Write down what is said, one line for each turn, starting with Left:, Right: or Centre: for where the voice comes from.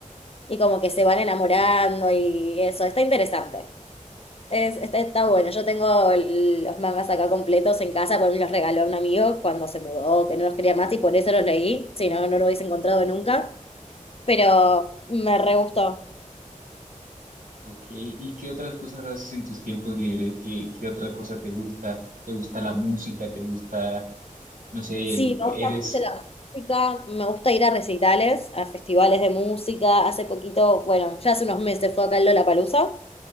Left: y como que se van enamorando y eso, está interesante. Es, está, está bueno. Yo tengo el- los mangas acá completos en casa, porque me los regaló un amigo cuando se mudó, que no los quería más y por eso los leí. Si no, no lo hubiese encontrado nunca. Pero me re gustó.
Right: Ok, ¿y qué otras cosas haces en tus tiempos libres? ¿Qué, qué otra cosa te gusta? ¿Te gusta la música? ¿Te gusta... no sé,
Left: Sí,
Right: eres
Left: me gusta mucho la música. Me gusta ir a recitales, a festivales de música. Hace poquito, bueno, ya hace unos meses fue acá el Lollapalooza